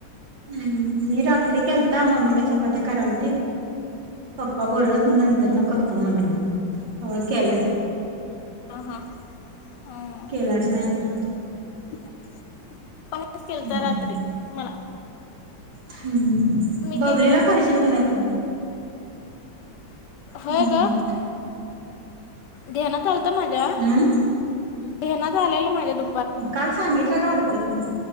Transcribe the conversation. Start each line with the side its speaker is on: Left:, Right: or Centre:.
Right: हम्म मी रात्री केलता मम्मी काय चपात्या करालती, पप्पा बोलत नंतर न करतो म्हटलं मग तेव्हा केलाय,
Left: हां हां हां
Right: केला च नाही परत.
Left: <inaudible> पप्पा नी च केलता
Right: हम्म
Left: रात्री मला.
Right: हम्म.
Left: मी
Right: बबलीला
Left: काय केलं असं
Right: करशील काय नाही फोन.
Left: होय
Right: हम्म
Left: ग ध्यान करतो माझ्यावर.
Right: हम्म
Left: हेनाच झालेला माझ्या डोकी
Right: काल सांगितलेलं वाटत ते तून.